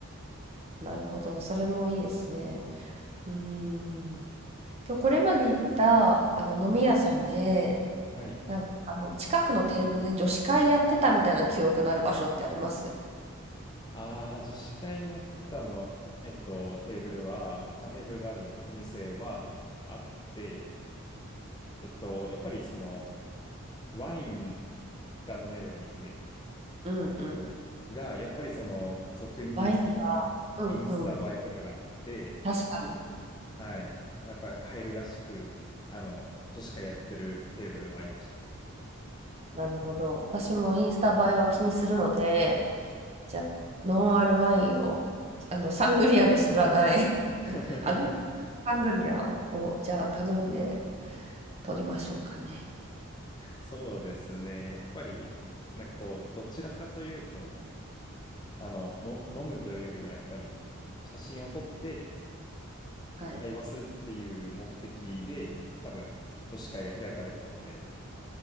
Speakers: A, on the right (about 30°); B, on the left (about 20°).
A: なるほど。それもいいですね。うーん。今日これまで行ったあの飲み屋さんで、
B: はい。
A: なんかあの近くのテーブルで女子会やってたみたいな記憶のある場所ってあります
B: ああ、女子会やってたの、えっと、テーブルは、あ、テーブルがあるお店はあって、えっと、やっぱりその、ワインが飲めるお店
A: うんうん。
B: が、やっぱりその、俗に言うその、
A: ワインが、うんうん。
B: インスタ映えとかがあって、
A: 確かに。
B: はい。やっぱり入るらしく、あの、女子会やってるテーブルはありましたね。
A: なるほど。私もインスタ映えは気にするので、じゃあ、ノンアルワインを、あの、サングリアで知らない、
B: <laughs>
A: <laughs> あの、サングリアを、をじゃあ頼んで取りましょうかね。
B: そうですね。やっぱり、なんかこう、どちらかというと、あの、の、飲むというよりは、やっぱり、写真を撮って
A: はい。
B: 会話するっていう目的で、多分、女子会が開かれてたので、